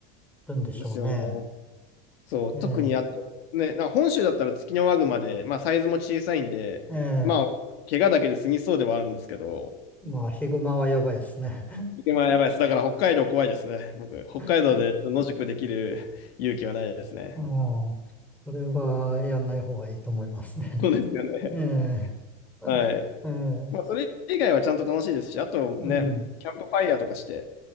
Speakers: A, in the centre; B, on the left (about 80°).
A: るんでしょうね。
B: ですよね。そう、
A: ええ、
B: 特にあと、ね、なんか本州だったらツキノワグマで、まあサイズも小さいんで、
A: ええ、
B: まあ、怪我だけで済みそうではあるんですけど、
A: まあ、ヒグマはやばいですね。
B: まあやばいです。だから北海道怖いですね。僕、北海道で野宿できる
A: <laughs>
B: <laughs> 勇気はないですね。
A: うん、それはやんない方がいいと思いますね。
B: そうですよね。
A: <laughs>
B: <laughs>
A: ええ、
B: はい。
A: ええ、
B: まあそれ以外はちゃんと楽しいですし、あとね、
A: うん、
B: キャンプファイヤーとかして、